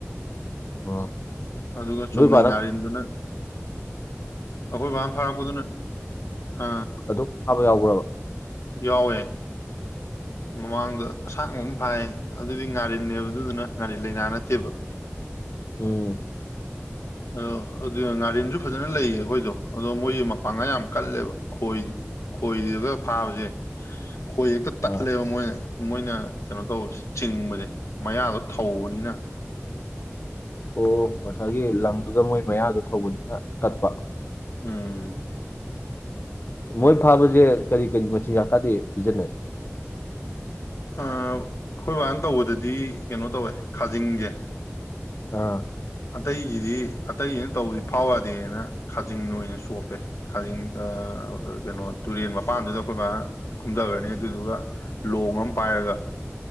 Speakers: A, on the left (about 50°); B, on the left (about 75°).
A: ꯑꯣ꯫
B: ꯑꯗꯨꯒ
A: ꯅꯣꯏ
B: ꯆꯨꯝꯅꯩ
A: ꯕꯥꯅ
B: ꯉꯥꯔꯤꯟꯗꯨꯅ ꯑꯩꯈꯣꯏ ꯕꯥꯅ ꯐꯥꯔꯛꯄꯗꯨꯅ ꯑ
A: ꯑꯗꯨꯝ ꯐꯥꯕ ꯌꯥꯎꯕ꯭ꯔꯕ꯫
B: ꯌꯥꯎꯋꯦ꯫ ꯃꯃꯥꯡꯗ ꯑꯁꯥꯡꯕ ꯑꯃ ꯐꯥꯏꯌꯦ ꯑꯗꯨꯗꯤ ꯉꯥꯔꯤꯟꯅꯦꯕ ꯑꯗꯨꯗꯨꯅ ꯉꯥꯔꯤꯟ ꯂꯩꯅꯥ ꯅꯠꯇꯦꯕ꯫
A: ꯎꯝ꯫
B: ꯑ ꯑꯗꯨꯒ ꯉꯥꯔꯤꯟꯁꯨ ꯐꯖꯅ ꯂꯩꯌꯦ ꯑꯩꯈꯣꯏꯗꯣ ꯑꯗꯣ ꯃꯣꯏꯁꯦ ꯃꯄꯥꯡꯒꯟ ꯌꯥꯝ ꯀꯜꯂꯦꯕ ꯈꯣꯏꯗꯤ ꯈꯣꯏꯗꯒ ꯐꯥꯕꯁꯦ ꯈꯣꯏ ꯍꯦꯛꯇ ꯇꯠꯂꯦꯕ
A: ꯑꯥ
B: ꯃꯣꯏ ꯃꯣꯏꯅ ꯀꯩꯅꯣ ꯇꯧꯕꯁꯦ ꯆꯤꯡꯕꯁꯦ ꯃꯌꯥꯗꯣ ꯊꯧꯕꯅꯤꯅ꯫
A: ꯑꯣ ꯉꯁꯥꯏꯒꯤ ꯂꯪꯗꯨꯒ ꯃꯣꯏ ꯃꯌꯥꯗꯣ ꯊꯧꯕꯅꯤꯅ ꯇꯠꯄ꯫
B: ꯎꯝ꯫
A: ꯃꯣꯏ ꯐꯥꯕꯁꯦ ꯀꯔꯤ ꯀꯔꯤ ꯃꯆꯤꯟꯖꯥꯛ ꯀꯥꯗꯤ ꯄꯤꯖꯅꯩ꯫
B: ꯑꯥ ꯑꯩꯈꯣꯏ ꯕꯥꯅ ꯇꯧꯕꯗꯗꯤ ꯀꯩꯅꯣ ꯇꯧꯋꯦ ꯈꯖꯤꯡꯁꯦ꯫
A: ꯑ꯫
B: ꯑꯇꯩꯒꯤꯗꯤ ꯑꯇꯩꯁꯤꯅ ꯇꯧꯕꯗꯤ ꯐꯥꯎ ꯌꯥꯗꯦꯅ ꯈꯖꯤꯡꯅ ꯑꯣꯏꯅ ꯆꯣꯞꯄꯦ꯫ ꯈꯖꯤꯡ ꯑ ꯀꯩꯅꯣ ꯇꯨꯔꯦꯟ ꯃꯄꯥꯟꯗꯨꯗ ꯑꯩꯈꯣꯏ ꯕꯥꯅ ꯀꯨꯝꯊꯈ꯭ꯔꯅꯤ ꯑꯗꯨꯏꯗꯨꯒ ꯂꯣꯡ ꯑꯃ ꯄꯥꯏꯔꯒ